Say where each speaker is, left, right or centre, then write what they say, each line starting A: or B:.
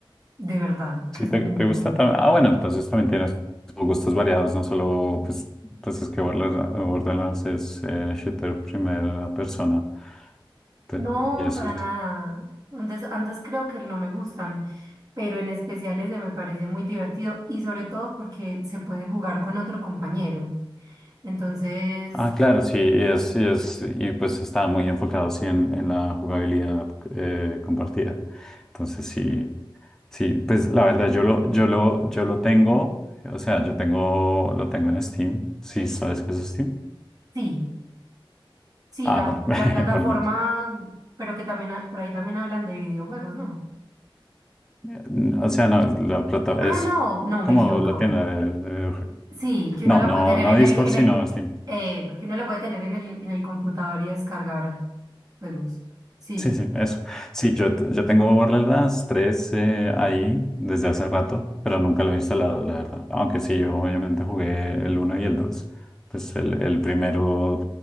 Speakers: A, on the right; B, in the centre.
A: de verdad, que
B: Si
A: es
B: te,
A: muy
B: te gusta
A: bueno.
B: también. Ah, bueno, entonces también tienes gustos variados, no solo, pues, entonces que Borderla- Borderlands es eh, shooter primera persona. Te-
A: No,
B: Y eso
A: para nada. Antes, antes creo que no me gustan, pero en especial ese me parece muy divertido y sobre todo porque se puede jugar con otro compañero. Entonces,
B: Ah, claro, sí, y, es, y, es, y pues está muy enfocado sí, en, en la jugabilidad eh, compartida. Entonces, sí, sí, pues la verdad, yo lo, yo lo, yo lo tengo, o sea, yo tengo, lo tengo en Steam. Sí, ¿sabes qué es Steam?
A: sí, sí,
B: Ah,
A: la,
B: bueno, <laughs>
A: la plataforma,
B: por lo menos.
A: pero que también ha- por ahí también hablan de videojuegos, ¿no?
B: Mm, O sea, no, es la plata
A: Ah,
B: es
A: no, no,
B: como
A: me equivoco.
B: la tienda de, de-
A: Sí, que
B: No,
A: uno la
B: no,
A: puede tener
B: no
A: en
B: Discord,
A: el, en
B: sino
A: el, co-
B: Steam.
A: eh, que uno la puede tener en el, en el computador y descargar juegos. Sí.
B: Sí, sí, eso. Sí, yo, t- yo tengo Borderlands las 3 eh, ahí desde hace rato, pero nunca lo he instalado, la verdad. Aunque sí, yo obviamente jugué el uno y el 2. Pues el, el primero,